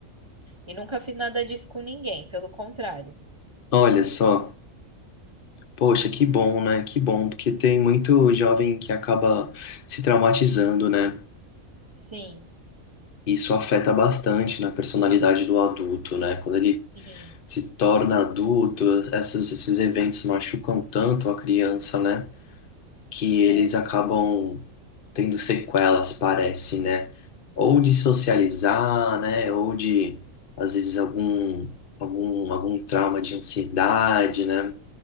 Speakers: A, on the right; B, on the left.
A: e nunca fiz nada disso com ninguém, pelo contrário.
B: Olha só, poxa, que bom, né? Que bom, porque tem muito jovem que acaba se traumatizando, né?
A: <laughs> Sim,
B: Isso afeta bastante na personalidade do adulto, né? Quando ele
A: sim,
B: se torna adulto, essas, esses eventos machucam tanto a criança, né? que eles
A: é,
B: acabam tendo sequelas, parece, né? Ou de socializar, né? Ou de, às vezes, algum, algum, algum trauma de ansiedade, né?